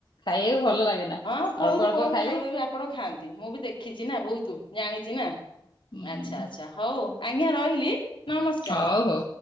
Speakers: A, on the left; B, on the left.
A: ଖାଇବାକୁ ଭଲ ଲାଗେ ନା
B: ହଁ
A: ଅଳ୍ପ ଅଳ୍ପ
B: କମ ଖାଇବା
A: ଖାଇବୁ
B: ବି ଆପଣ ଖାଆନ୍ତି। ମୁଁ ବି ଦେଖିଚି ନା ବହୁତୁ, ଜାଣିଚି ନା।
A: ହୁଁ
B: ଆଚ୍ଛା ହଉ ଆଜ୍ଞା ରହିଲି, ନମସ୍କାର୍।
A: ହଉ ହଉ